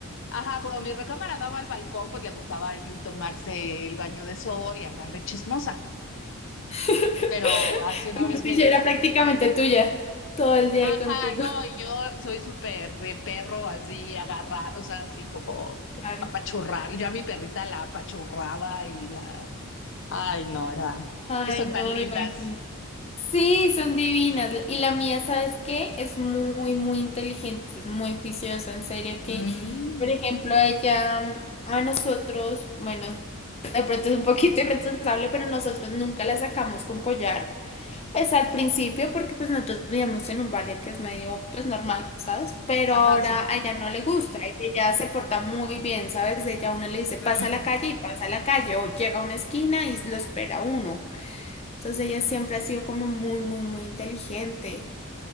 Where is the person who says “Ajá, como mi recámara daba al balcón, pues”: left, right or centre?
Left